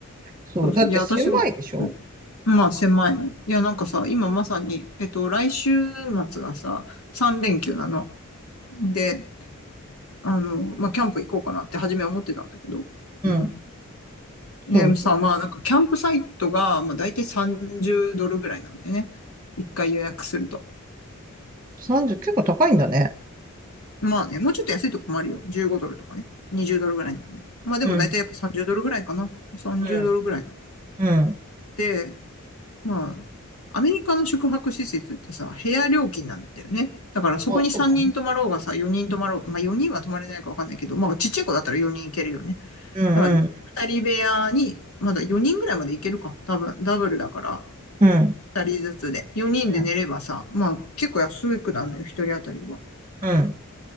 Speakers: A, on the right; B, on the left.
A: そう、
B: そうそう。
A: だって狭いでしょ
B: いや、私も、うんまあ狭いね。いや、なんかさ、今まさに、えっと、来週末がさ、3連休なの。で、あの、まあキャンプ行こうかなって初めは思ってたんだけど、
A: うん。
B: うん。ねさ、
A: そうそう。
B: まあなんかキャンプサイトが、まあ大体30ドルぐらいなんでね。一回予約すると。
A: 30、結構高いんだね。
B: まあね、もうちょっと安いとこもあるよ。15ドルとかね。20ドルぐらいのとこも。まあでも大体やっぱ30ドルぐらいかな。
A: うん。
B: 30ドルぐらいなん
A: うん。うん。
B: で、まあ、アメリカの宿泊施設ってさ、部屋料金なんだよね。だからそこに3人泊まろうがさ、
A: あ、そうだね。
B: 4人泊まろうが、まあ4人は泊まれないかわかんないけど、まあちっちゃい子だったら4人行けるよね。
A: うん、
B: だから2人部屋に、
A: うん、
B: まだ4人ぐらいまで行けるか。多分、ダブルだから、
A: うん、
B: 二人ずつで。四人で寝ればさ、
A: うん、
B: まあ結構安くなるのよ、一人当たりは。
A: うん、